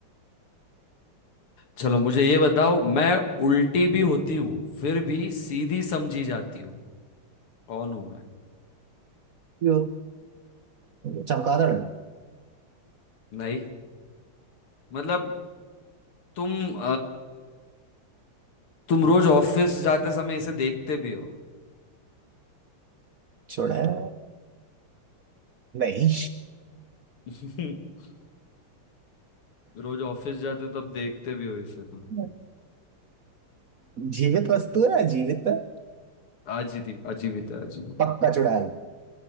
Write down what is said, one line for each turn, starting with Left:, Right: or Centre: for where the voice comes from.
Left: चलो मुझे ये बताओ मैं उल्टी भी होती हूँ फिर भी सीधी समझी जाती हूँ कौन हूँ मैं
Right: जो चमगादड़
Left: नहीं मतलब तुम तुम रोज ऑफिस जाते समय इसे देखते भी हो
Right: छोड़ा है? नहीं
Left: <laughs> रोज ऑफिस जाते हो तब देखते भी हो इसे तुम
Right: <laughs> जीवित वस्तु है ना जीवित है
Left: अजीब अजीवित है अजीवित
Right: पक्का चुड़ैल